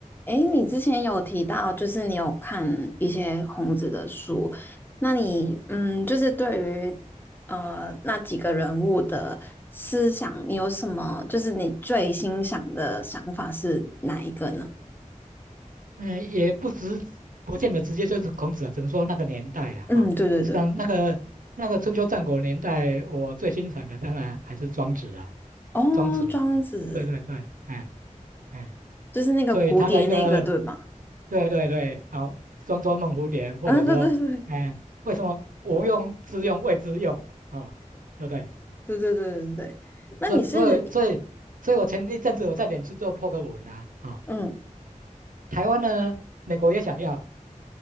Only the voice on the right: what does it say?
嗯，也不直，不见得直接就是孔子啊，只能说那个年代了哈。
实际上，那个那个春秋战国年代，我最欣赏的当然还是庄子啊，
庄子，
嗯对对对，哎哎，
所以他的一个，对对对，好，庄周梦蝴蝶，
或者说，
哎，为什么无用之用谓之用啊、哦对不对？
所以所以所以，所以我前一阵子我在脸书就破个文啊，啊、
台湾呢，美国也想要